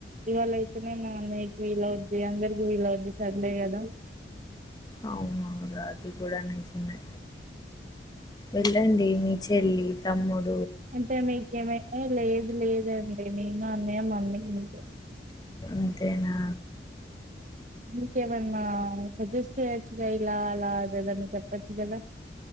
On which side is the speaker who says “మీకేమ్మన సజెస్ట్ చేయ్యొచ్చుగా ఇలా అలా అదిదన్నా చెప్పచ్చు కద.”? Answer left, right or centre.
Right